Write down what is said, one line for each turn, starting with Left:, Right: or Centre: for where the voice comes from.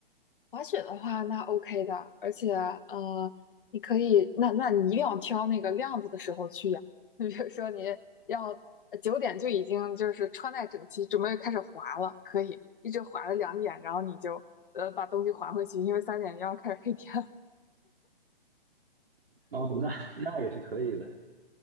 Left: 滑雪的话，那 OK 的，而且呃，你可以，那那你一定要挑那个亮子的时候去呀。<laughs> 你比如说你要九点就已经就是穿戴整齐，准备开始滑了，可以一直滑到两点，然后你就呃把东西还回去，因为三点就要开始黑天
Right: 哦，那 <laughs> 那也是可以的。